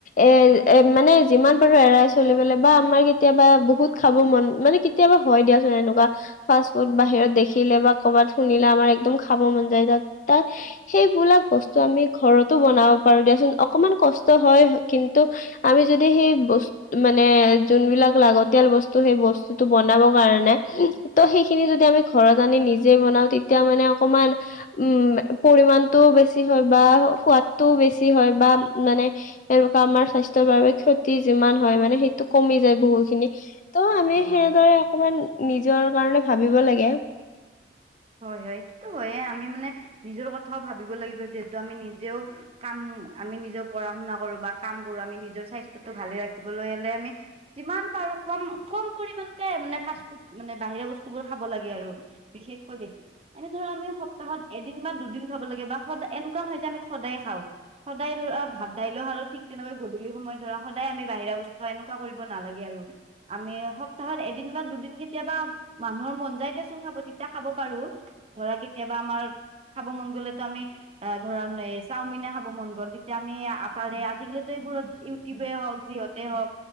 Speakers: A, on the left; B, on the right.
A: এ এ মানে যিমান পাৰো এৰাই চলিবলে বা আমাৰ কেতিয়াবা বহুত খাব মন মানে কেত- তিয়াবা হয় দিয়াচোন এনেকুৱা। ফাষ্ট ফুড বাহিৰত দেখিলে বা কবাত শুনিলে আমাৰ একদম খাব মন যায় তাত- সেইবিলাক বস্তু আমি ঘৰতো বনাব পাৰো দিয়াচোন অকমান কষ্ট হয় কিন্তু, আমি যদি সেই বস- মানে যোনবিলাক লাগতিয়াল বস্তু সেই বস্তুটো বনাব কাৰণে- ত' সেইখিনি যদি আমি ঘৰত আনি নিজে বনাও তেতিয়া মানে অকমান- উম পৰিমানটোও বেছি হয় বা সোৱাদটোও বেছি হয় বা মানে- এনেকুৱা আমাৰ স্বাস্থয়ৰ বাবে ক্ষতি যিমান হয় মানে সেইটো কমি যায় বহু খিনি। ত' আমি
B: হয়
A: সেনেদৰে অকমান নিজৰ কাৰণে ভাবিব লাগে।
B: হয় হয়, এইটোটো হয়ে আমি মানে নিজৰ কথাও ভাবিব লাগিব যিহেতু আমি নিজেও- কাম আমি নিজেও পঢ়া শুনা কৰো বা কাম কৰো আমি নিজৰ স্বাস্থয়টো ভালে ৰাখিবলৈ হলে আমি- যিমান পাৰো কম কম পৰিমাণতে মানে ফাষ্ট ফুড মানে বাহিৰা বস্তুবোৰ খাব লাগে আৰু। বিশেষ- কৈ বেছি এনে ধৰ আমি সপ্তাহত এদিন বা দুদিন খাব লাগে বা সদায় এনেকুৱা নহয় যে আমি সদায়ে খাওঁ। সদায় ধৰা ভাত দাইলও আৰু ঠিক তেনেকৈ গধূলি সময়ত ধৰা সদায় আমি- বাহিৰা বস্তু হয় এনেকুৱা কৰিব নালাগে আৰু আমি সপ্তাহত এদিন বা দুদিন কেতিয়াবা- মানুহৰ মন যায় দিয়াচোন খাব তেতিয়া- খাব পাৰো ধৰা কেতিয়াবা আমাৰ খাব মন গ'লেতো আমি- অ ধৰাণ এ চাওমিনে খাব মন গ'ল তেতিয়া আমি আক- তাৰে আজিকালিতো এইবোৰত ইউটিউবে হওক যিহতে হওক,